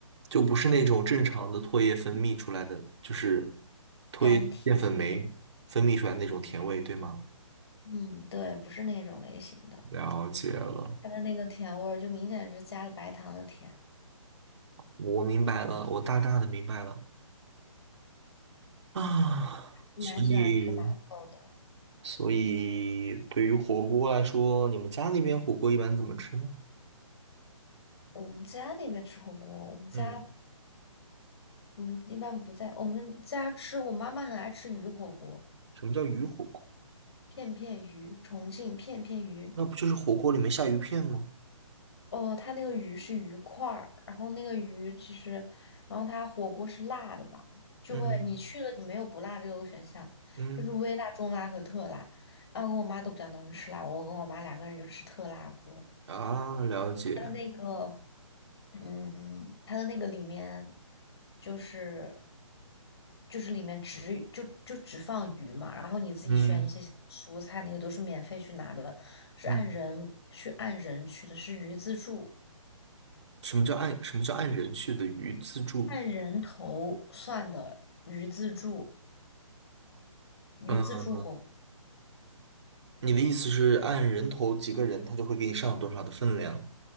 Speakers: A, on the right; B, on the left.
A: 就不是那种正常的唾液分泌出来的，就是唾液淀粉酶分泌出来的那种甜味，
B: 甘甜。
A: 对吗？
B: 嗯，对，不是那种类型的，
A: 了解了，
B: 它的那个甜味儿就明显是加了白糖的甜。
A: 我明白了，我大大的明白了啊。
B: 蛮喜欢吃馒头的。
A: 所以，所以对于火锅来说，你们家那边火锅一般怎么吃呢？
B: 我们家那边吃火锅，我们家
A: 嗯，
B: 我们一般不在我们家吃，我妈妈很爱吃鱼火锅，
A: 什么叫鱼火锅？
B: 片片鱼，重庆片片鱼。
A: 那不就是火锅里面下鱼片吗？
B: 哦，它那个鱼是鱼块儿，然后那个鱼其实，然后它火锅是辣的嘛，就会你去了你没有不辣这个选项，
A: 嗯嗯
B: 就是微辣、中辣和特辣。然后我跟我妈都比较能吃辣，我跟我妈两个人就吃特辣锅。
A: 啊，了解。
B: 它的那个，嗯，它的那个里面就是就是里面只就就只放鱼嘛，然后你自己选一些蔬菜，
A: 嗯
B: 那个都是免费去拿的，是按人去按人去的，
A: 嗯，
B: 是鱼自助。
A: 什么叫按什么叫按人去的鱼自助？
B: 按人头算的鱼自助，鱼自助火锅
A: 嗯，你的意思是按人头几个人，他就会给你上多少的分量？